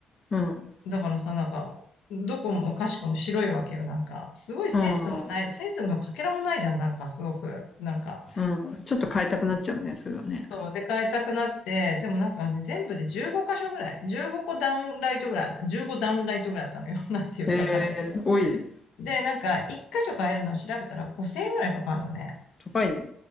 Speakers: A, on the left (about 35°); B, on the left (about 85°).
A: うん、うん、
B: だからさ、なんか、どこもかしこも白いわけよ、なんか。すごいセンスもない、
A: うん、う
B: センスのかけらもないじゃん、なんかすごく。なんか、
A: ん。ちょっと変えたくなっちゃうね、それはね。
B: そう、で、変えたくなって、でもなんかね、全部で15箇所ぐらい、15個ダウンライトぐらいあった、15ダウンライトぐらいあったのよ。<laughs> なんていうかわかんないけど。
A: へえ、多いね。
B: で、なんか、1箇所変えるのを調べたら5000円ぐらいかかるのね。
A: 高いね。